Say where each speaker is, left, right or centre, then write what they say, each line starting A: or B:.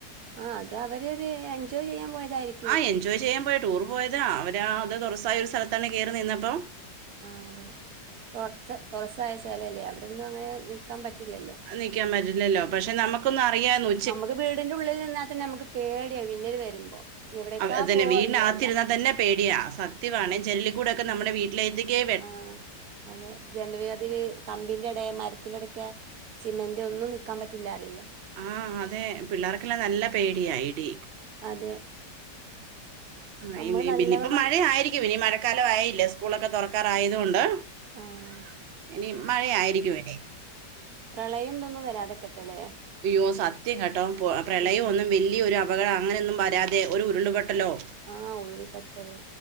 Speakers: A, on the right; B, on the right.
A: ആഹ് അത് അവര് എൻജോയ് ചെയ്യാൻ പോയതായിരിക്കും
B: ആഹ് എൻജോയ് ചെയ്യാൻ പോയ ടൂർ പോയതാ അവര് അത് തൊറസായ ഒരു സ്ഥലത്താണ് കേറി നിന്നപ്പോ
A: ആഹ് അതെ തൊറസ തൊറസ്സായ സ്ഥലല്ലേ അവിടൊന്നും അങ്ങനെ നിക്കാൻ പറ്റില്ലല്ലോ
B: നിക്കാൻ പറ്റില്ലല്ലോ പക്ഷെ നമുക്കൊന്നറിയായിന്നു
A: നമ്മക്ക് വീടിന്റെ ഉള്ളില് നിന്നാൽ തന്നെ നമുക്ക് പേടിയാ മിന്നല് വരുമ്പോ എവിടേക്കാ
B: അതന്നെ
A: പോവാ
B: വീടിനകത്തിരുന്നാൽ
A: പിന്നെയില്ല
B: തന്നെ പേടിയാ സത്യമാണെ ജനലിക്കൂടൊക്കെ നമ്മടെ വീ ലെതികെ
A: ആഹ് അതെ ജൻവരീ കമ്പിന്റെ എടെ മരത്തിന്റെ എടക്കെ സിമന്റ് ഒന്നും നിക്കാൻ പറ്റില്ലാ ആരെല്ലൊ
B: ആഹ് അതെ പിള്ളേർക്കെല്ലാം നല്ല പേടിയാ ഇടി
A: അതെ
B: ആഹ്
A: നമ്മള്
B: ഇനി
A: നല്ലവണ്ണം
B: പിന്ന ഇപ്പ മഴ ആയിരിക്കും ഇനി മഴക്കാലം ആയില്ലേ സ്കൂളൊക്കെ തൊറക്കാറായതുകൊണ്ട്
A: ആഹ്
B: ഇനി മഴ ആയിരിക്കും ഇനി
A: പ്രളയം ഇതൊന്നും വരാതെക്കട്ടെലേ
B: അയ്യോ സത്യം കെട്ടോ പൊ പ്രളയം
A: ഉം
B: ഒന്നും വ ഈ ഒരു അപകടം അങ്ങനൊന്നും വരാതെ ഒരു ഉരുള്പൊട്ടല്ലോ
A: ആഹ് ഉരുൾപൊട്ടല്